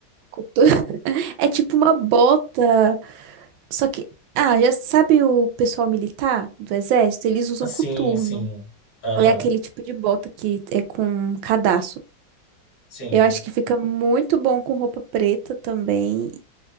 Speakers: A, on the right; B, on the left.
A: Cotu- <laughs> É tipo uma bota, só que, ah, já sabe o pessoal militar do exército, eles usam
B: Sim,
A: coturno.
B: sim. Aham.
A: É aquele tipo de bota que é com cadarço.
B: Sim.
A: Eu acho que fica muito bom com roupa preta também.